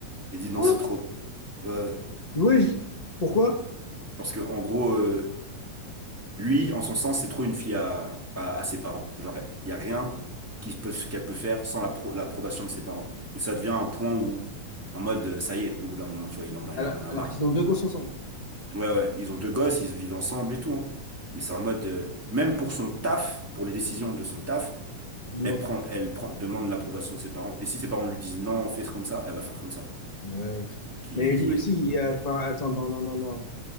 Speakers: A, in the centre; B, on the left (about 40°).
A: Il dit, non,
B: Quoi?
A: c'est trop. Euh,
B: Oui, je- pourquoi?
A: parce que, en gros, euh, lui, en son sens, c'est trop une fille à, à, à ses parents. Genre, il n'y a rien qui peut, qu'elle peut faire sans la pro- l'approbation de ses parents. Et ça devient un point où, en mode, euh, ça y est, au bout d'un moment, tu vois, il en a,
B: Alors,
A: il en a
B: alors
A: marre.
B: qu'ils ont deux gosses ensemble.
A: Ouais, ouais, ils ont deux gosses, ils vivent ensemble et tout. hein. Mais c'est en mode, euh, même pour son taf, pour les décisions de son taf,
B: Ils
A: elle prend, elle prend, demande l'approbation de ses parents. Et si ses parents lui disent non, fais ce comme ça, elle va faire comme ça.
B: Ouais.
A: Donc il
B: Mais
A: a dit,
B: lui aussi,
A: euh,
B: il a- enfin, attends, non, non, non, non.